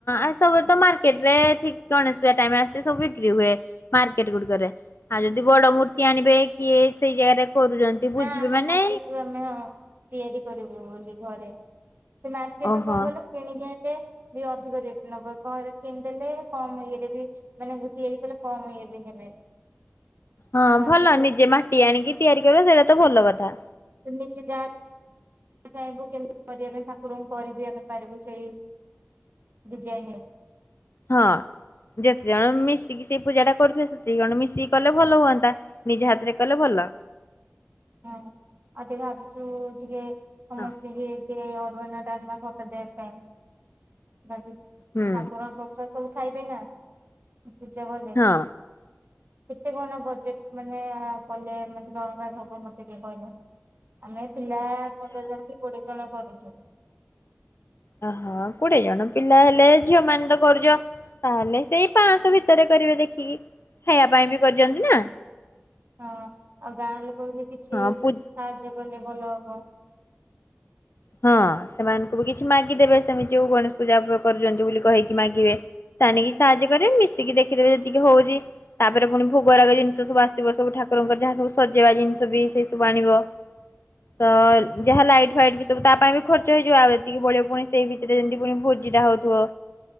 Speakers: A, on the left; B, on the right.
A: ଆ ସବୁ ତ ମାର୍କେଟ ରେ ଠିକ ଗଣେଶ ପୂଜା ଟାଇମ ଆସି ସବୁ ବିକ୍ରି ହୁଏ। ମାର୍କେଟ ଗୁଡିକରେ ଆଉ ଯଦି ବଡ ମୂର୍ତ୍ତି ଆଣିବେ କିଏ ସେଇ ଜାଗାରେ କରୁଛନ୍ତି। ବୁଝିବେ
B: ନା ଆମେ
A: ମାନେ
B: ଭାବିଛୁ ଆମେ ହଁ। ତିଆରି କରିବୁ ବୋଲି ଘରେ ସେ ମାର୍କେଟ
A: ଓହୋ
B: ରୁ କଣ କଇଲ କିଣିକି ଆଣେଲେ। ଜି ଏ ଅଧିକ ରେଟ ନବ କମରେ କିଣିଦେଲେ କମ ଇଏରେ ବି। ମାନେ ତିଆରି କଲେ କମ ଇଏ ବି ନେବେ।
A: ହଁ
B: ଭାବିଛୁ
A: ଭଲ ନିଜେ ମାଟି ଆଣିକି ତିଆରି କରିବା ସେଇଟା ତ ଭଲ କଥା।
B: ତ ନିଜେ ଯା। ଚାହିଁବୁ କେମିତି କରିବା ପାଇଁ ଠାକୁରଙ୍କୁ କରିବି ଆମେ ପାରିବୁ ସେଇ ଡିଜାଇନରେ।
A: ହଁ ଯେତେ ଜଣ ମିଶିକି ସେଇ ପୂଜା ଟା କରୁିଚୁ ସେତକି ଜଣ ମିଶିକି କଲେ ଭଲ ହୁଅନ୍ତା। ନିଜ ହାତରେ କଲେ ଭଲ।
B: ହୁଁ ଆଉ ଟିକେ ଭାବିଛୁ ଟିକେ ସମସ୍ତେ।
A: ହଁ
B: ଟିକେ ଅରୁଆନ ଟାଲମା ଖୋଟା ଦେବ ପାଇଁ ଭାବିଛୁ
A: ହୁଁ
B: ଠାକୁରଙ୍କ ପ୍ରସାଦ। ସବୁ ଖାଇବେ ନା ପୂଜା ଗଲେ।
A: ହଁ।
B: କେତେ କଣ ବଜେଟ ମାନେ କଲେ ମାନେ ଜଣଙ୍କ ହବ ମତେ ଟିକେ କହିଲ। ଆମେ ପିଲା ପନ୍ଦର ଜଣ କି କୋଡିଏ ଜଣ କରୁଚୁ।
A: ଓହୋ କୋଡିଏ ଜଣ ପିଲା ହେଲେ ଝିଅ ମାନ ତ କରୁଛ। ତାହେଲେ ସେଇ ପାଞ୍ଚଶହ ଭିତରେ କରିବେ ଦେଖିକି ଖବା ପାଇଁ ବି କରିଛନ୍ତି ନା।
B: ହଁ ଆଉ ଗାଁ ଲୋକ ବି କିଛି
A: ହଁ
B: ସାହାଯ୍ୟ
A: ପୁ
B: କଲେ ଭଲ ହବ।
A: ହଁ ସେମାନଙ୍କୁ ବି କିଛି ମାଗିଦେବେ ସେମିତି ଯୋଉ ଗଣେଶ ପୂଜା କରୁଛନ୍ତି ବୋଲି କହିକି ମାଗିବେ। ସୋନିକି ସାହାଯ୍ୟ କରିବେ ମିଶିକି ଦେଖିଦେବେ ଯେତିକି ହଉଛି। ତାପରେ ପୁଣି ଭୋଗରାଗ ଜିନିଷ ସବୁ ଆସିବ ସବୁ ଠାକୁରଙ୍କର ଯାହା ସବୁ ସଜେଇବା ଜିନିଷ ବି ସେଇ ସବୁ ଆଣିବ। ତ ଯାହା ଲାଇଟ ଫାଇଟ। ତା ପାଇଁ ବି ଖର୍ଚ ହେଇଯିବ ଆଉ ଏତିକି ବଳିବ ପୁଣି ସେଇ ଭିତରେ ଯେମିତି ପୁଣି ଭୋଜିଟା ହଉଥିବ।